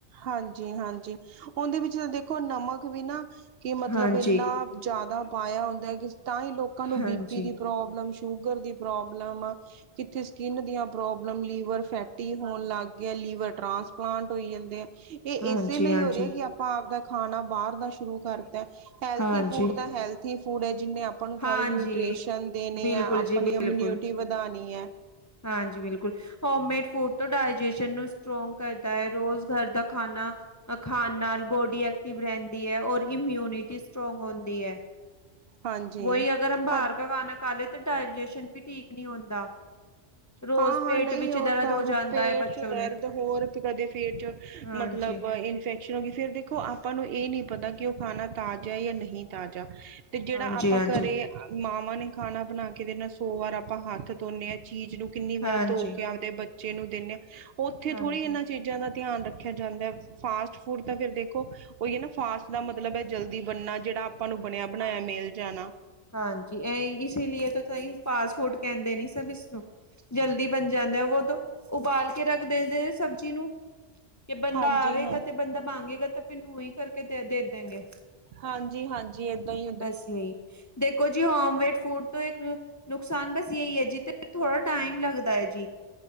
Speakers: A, on the right; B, on the left.
A: ਹਾਂਜੀ-ਹਾਂਜੀ, ਉਹਦੇ ਵਿੱਚ ਤਾਂ ਦੇਖੋ ਨਮਕ ਵੀ ਨਾ ਕਿ ਮਤਲਬ
B: ਹਾਂਜੀ।
A: ਇੰਨਾ
B: ਹਾਂਜੀ।
A: ਜਾਦਾ ਪਾਇਆ ਹੁੰਦਾ ਐ ਕਿ ਤਾਂ ਹੀ ਲੋਕਾਂ ਨੂੰ
B: ਹਾਂਜੀ।
A: ਬੀ ਪੀ ਦੀ ਪ੍ਰੋਬਲਮ, ਸ਼ੂਗਰ ਦੀ ਪ੍ਰੋਬਲਮ, ਕਿੱਥੇ ਸਕਿਨ ਦੀ ਪ੍ਰੋਬਲਮ ਲਿਵ ਵਰ ਫੈਟੀ ਹੋਣ ਲੱਗ ਗਿਆ ਲੀਵਰ ਟਰਾਂਸਪਲਾਂਟ ਹੋਈ ਜਾਂਦੇ ਐ, ਇਹ ਇਸੇ
B: ਹਾਂਜੀ-ਹਾਂਜੀ।
A: ਲਈ ਹੋ ਰਿਹਾ ਕਿ ਆਪਾਂ ਆਪ ਦਾ ਖਾਨਾ ਬਾਰ ਦਾ ਸ਼ੁਰੂ ਕਰ ਹੈਲਥੀ
B: ਹਾਂਜੀ।
A: ਫੂਡ ਤਾਂ
B: ਹਾਂਜੀ,
A: ਹੈਲਥੀ ਫੂਡ ਏ, ਜਿਨੇ ਆਪਾਂ ਨੂੰ ਸਾਰੇ
B: ਹਾਂਜੀ,
A: ਨਿਊਟ੍ਰੀਸ਼ਨ ਦੇਣੇ
B: ਬਿਲਕੁਲ
A: ਐ, ਆਪਨੀ
B: ਜੀ ਬਿਲਕੁਲ।
A: ਇਮਿਊਨਿਟੀ ਵਧਾਨੀ ਐ।
B: ਹਾਂਜੀ ਬਿਲਕੁਲ, ਹੋਮਮੇਡ ਫੂਡ ਓ ਡਾਇਜੈਸ਼ਨ ਨੂੰ ਸਟਰੋਂਗ ਕਰਦਾ ਐ, ਰੋਜ਼ ਘਰ ਦਾ ਖਾਨਾ ਖਾਣ ਨਾਲ ਬੋਡੀ ਐਕਟਿਵ ਰਹਿੰਦੀ ਐ ਔਰ ਇਮਿਊਨਿਟੀ ਸਟਰੋਂਗ ਹੋਂਦੀ ਹੈ।
A: ਹਾਂਜੀ
B: ਵੋ ਹੀ ਅਗਰ ਹਮ ਬਾਹਰ
A: ਹਾਂ
B: ਕਾ ਖਾਨਾ ਖਾ ਲੇ ਤੋ ਡਾਇਜੇਸ਼ਨ ਵੀ ਠੀਕ ਨਹੀਂ ਹੁੰਦਾ। ਰੋਜ਼
A: ਹਾਂ-ਹਾਂ
B: ਪੇਟ
A: ਨਹੀਂ,
B: ਵਿੱਚ
A: ਉਹ
B: ਦਰਦ
A: ਤਾਂ
B: ਹੋ ਜਾਂਦਾ
A: ਪੇਟ
B: ਹੈ ਬੱਚੋਂ
A: ਚ ਦਰਦ
B: ਨੇ
A: ਹੋਰ ਕਦੇ ਪੇ ਚ
B: ਹਾਂਜੀ
A: ਮਤਲਬ ਫੈਕਸ਼ਨ ਹੋ ਗੀ ਫੇਰ ਦੇਖੋ ਆਪਾਂ ਨੂੰ ਇਹ ਨਹੀਂ ਪਤਾ ਕਿ ਉਹ ਖਾਣਾ ਤਾਜ਼ਾ ਹੈ ਜਾਂ ਨਹੀਂ। ਤਾਜ਼ਾ ਤੇ ਜਿਹੜਾ
B: ਹਾਂਜੀ
A: ਆਪਾਂ
B: ਹਾਂਜੀ
A: ਘਰੇ ਮਾਵਾਂ ਨੇ ਖਾਨਾ ਬਨਾ ਕੇ ਦੇਨਾ, ਸੋ ਵਾਰ ਆਪਾਂ ਹੱਥ ਧੋਨੇ ਆਂ, ਚੀਜ਼ ਨੂੰ ਕਿੰਨੀ
B: ਹਾਂਜੀ
A: ਵਾਰ ਧੋ ਕੇ ਆਪਦੇ ਬੱਚੇ ਨੂੰ ਦੇਨੇ ਆਂ, ਉੱਥੇ
B: ਹਾਂਜੀ
A: ਥੋੜ੍ਹੀ ਏਨਾ ਚੀਜ਼ਾਂ ਦਾ ਧਿਆਨ ਰੱਖਿਆ ਜਾਂਦਾ। ਫਾਸਟ ਫੂਡ ਤਾਂ ਫਿਰ ਦੇਖੋ, ਉਹੀ ਹੈ ਨਾ ਫਾਸਟ ਦਾ ਮਤਲਬ ਹੈ ਜਲਦੀ ਬਨਨਾ ਜਿਹੜਾ ਆਪਾਂ ਨੂੰ ਬਨਿਆ ਬਨਾਇਆ ਮੇਲ ਜਾਨਾ।
B: ਹਾਂਜੀ ਐ ਈ, ਇਸੀ ਲਈ ਤੇ ਤਾਂ ਹੀ ਫਾਸਟ ਫ਼ੂਡ ਕਹਿੰਦੇ ਨੇ ਸਭ ਇਸਨੂੰ। ਜਲਦੀ ਬਨ ਜਾਂਦਾ ਵੋ ਤੋ, ਉਬਾਲ ਕੇ ਰੱਖ ਦੇਂਦੇ ਸਬ। ਇਨੂੰ ਕਿ ਬੰਦਾ
A: ਹਾਂਜੀ
B: ਆਵੇਗਾ
A: ਹਾਂ
B: ਤੇ ਬੰਦਾ ਮਾਂਗੇਗਾ ਤੇ ਫੇਰ ਨੂੰ ਹੀ ਕਰਕੇ ਦੇ ਦੇ ਦੇੰਗੇ।
A: ਹਾਂਜੀ ਹਾਂ ਜੀ ਏਦਾਂ ਈ
B: ਬਸ ਜੀ, ਦੇਖੋ ਜੀ ਹੋਮਮੇਡ ਫੂਡ ਤੋਂ ਇੱਕ ਨੁਕਸਾਨ ਬਸ ਯਹੀ ਹੈ ਜੀ ਤੇ ਥੋੜਾ ਟਾਈਮ ਲੱਗਦਾ ਹੈ ਜੀ।